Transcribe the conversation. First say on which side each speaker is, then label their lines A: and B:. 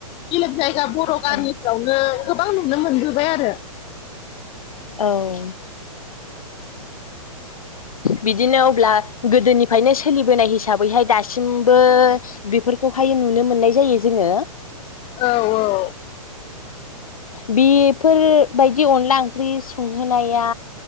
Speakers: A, on the left; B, on the left.
A: बेलेक जाय जा बर' गामिफ्रावनो
B: औ
A: गोबां नुनो मोनबोबाय आरो।
B: औ बिदिनो अब्ला गोदोनिफ्रायनो सोलिबोनाय हिसाबैहाय दासिमबो बेफोरखौहाय नुनो मोननाय जायो जोङो।
A: औ औ
B: बेफोर बायदि अनला ओंख्रि संहोनाया